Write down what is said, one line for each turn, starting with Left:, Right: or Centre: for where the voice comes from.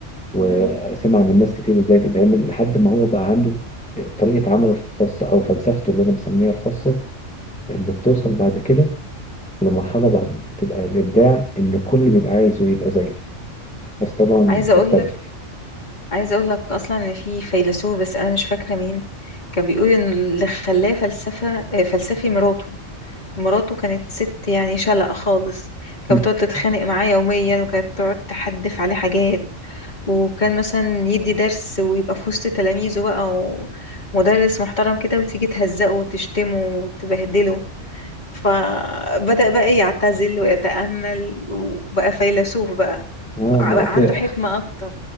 Centre: وسمع من ناس كتير إزاي تتعمل لحد ما هو بقى عنده آه، طريقة عمله الخاصة أو فلسفته اللي أنا بسميها الخاصة اللي بتوصل بعد كده المرحلة بعد بتبقى الإبداع إن كل بيبقى عايزه يبقى زيه بس طبعا
Left: عايزة
Centre: بتختلف
Left: أقولك عايزة أقولك أصلا إن في فيلسوف بس أنا مش فاكرة مين كان بيقول إن اللي خلاه فلسفة آه، فلسفي مراته مراته كانت ست يعني شلق خالص كانت
Centre: <laughs>
Left: بتقعد تتخانق معاه يوميا وكانت تقعد تحدف عليه حاجات وكان مثلا يدي درس ويبقى في وسط تلاميذه بقى ومدرس محترم كده وتيجي تهزقه وتشتمه وتبهدله فبدأ بقى إيه، يعتزل ويتأمل وبقى فيلسوف بقى
Centre: اه
Left: بقى
Centre: ما اكيد
Left: عنده حكمة أكتر